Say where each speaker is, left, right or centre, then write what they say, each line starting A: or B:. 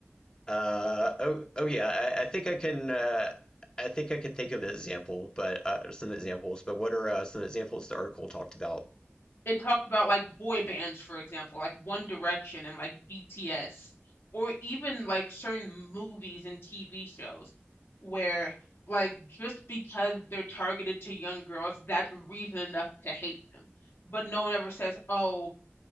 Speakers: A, on the left; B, on the left.
A: Uh, oh, oh yeah, I, I think I can. Uh, I think I can think of an example, but uh, some examples. But what are uh, some examples the article talked about?
B: it talked about like boy bands, for example, like One Direction and like BTS, or even like certain movies and TV shows where like just because they're targeted to young girls, that's reason enough to hate them. But no one ever says, "Oh,